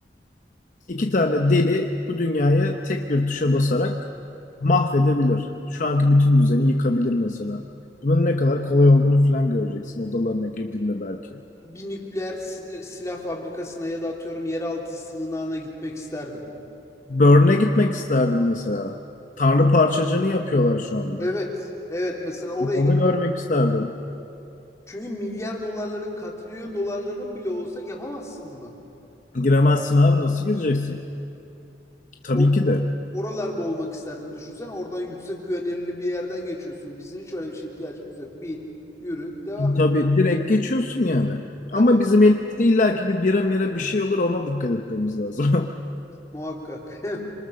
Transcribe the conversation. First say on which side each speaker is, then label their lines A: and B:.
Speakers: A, on the left; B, on the left.
A: iki tane deli bu dünyayı tek bir tuşa basarak mahvedebilir. Şu anki bütün düzeni yıkabilir mesela. Bunun ne kadar kolay olduğunu falan göreceksin odalarına girdiğinde belki.
B: bir nükleer sil- silah fabrikasına ya da atıyorum yeraltı sığınağına gitmek isterdim.
A: Burn'e gitmek isterdim mesela. Tanrı parçacığını yapıyorlar şu anda.
B: Evet, evet mesela oraya
A: Onu görmek isterdim.
B: Çünkü milyar dolarların, katrilyon dolarların bile olsa yapamazsın bunu.
A: Giremezsin abi nasıl gireceksin? Tabii
B: O,
A: ki de.
B: oralarda olmak isterdim. Düşünsene oradan yüksek güvenilirli bir yerden geçiyorsun. Bizim hiç öyle bir şeye ihtiyacımız yok. Bin, yürü, devam
A: Tabii
B: et.
A: direkt geçiyorsun yani.
B: Tabii,
A: Ama bizim elimizde illaki bir bira mira bir şey olur ona dikkat etmemiz lazım.
B: muhakkak. <laughs>